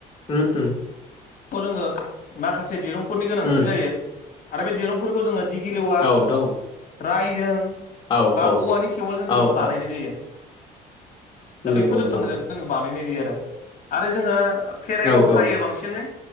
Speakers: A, on the left (about 30°); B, on the left (about 50°).
A: उ उ
B: खौ जोङो माखासे दिरुंफोरनि गोनांथि
A: उम
B: जायो आरो बे दिरुंफोरखौ जोङो दिगि लेवा
A: औ नोंथां
B: रायदों
A: औ
B: बा
A: औ
B: औवानि थेवोलजों जोङो
A: औ
B: बानायनाय
A: औ
B: जायो दा
A: नंगौ
B: बेफोर
A: नोंथां
B: रोखोमजों जोङो बानायनाय जायो आरो आरो जोङो फेराइखौ
A: औ
B: खायो
A: औ
B: बांसिनै